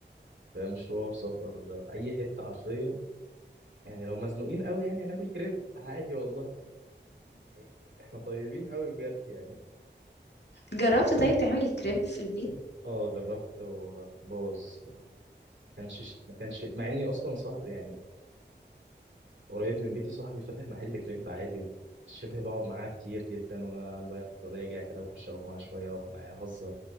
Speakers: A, on the right (about 85°); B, on the left (about 65°).
A: في مشوار سفر في اي حته حرفيا يعني لو مزنوقين قوي يعني هناكل كريب عادي والله يعني احنا طيبين قوي بجد يعني
B: جربت طيب تعملي الكريب في البيت
A: اه جربت وبوظ ما كانش ما كانش مع اني اصلا صح يعني قريب من بيتي صاحبي فاتح محل كريب عادي شبه بقعد معاه كتير جدا وانا رايح راجع كده بخش اقف معاه شويه اقف معاه اهزر